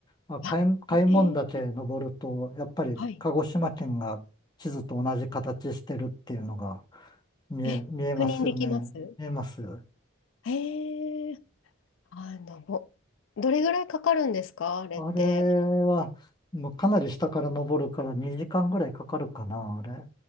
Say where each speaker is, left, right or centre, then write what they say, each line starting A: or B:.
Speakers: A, on the left; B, on the left.
A: あ、開、
B: あ、
A: 開聞岳登ると、
B: えー
A: やっぱり鹿児島県が地図と同じ形してるっていうのが
B: はい。
A: 見え、
B: え、
A: 見えますよね。
B: 確認できます
A: 見えます。あ
B: えー、あの、どれぐらいかかるんですかあれって。
A: れは、もうかなり下から登るから2時間ぐらいかかるかな、あれ。